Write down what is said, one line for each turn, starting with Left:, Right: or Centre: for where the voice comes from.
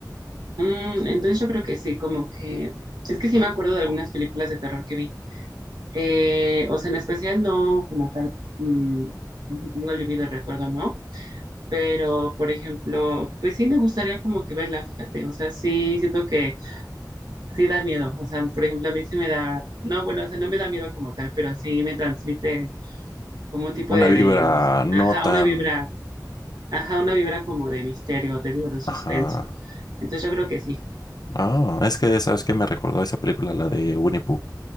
Right: Mm, entonces yo creo que sí, como que es que sí me acuerdo de algunas películas de terror que vi. Eh, o sea, en especial no como tal, mm, no si tengo el vivido recuerdo, ¿no? Pero, por ejemplo, pues sí me gustaría como que verla, fíjate, o sea, sí siento que sí da miedo, o sea, por ejemplo, a mí sí me da, no, bueno, o sea, no me da miedo como tal, pero sí me transmite como un tipo de,
Left: Una vibra
Right: de emo-
Left: no
Right: ajá,
Left: tan...
Right: una vibra, ajá, una vibra como de misterio, te digo, de suspenso.
Left: Ajá.
Right: Entonces yo creo que sí,
Left: Ah, es que, ¿sabes qué? Me recordó esa película, la de Winnie Pooh.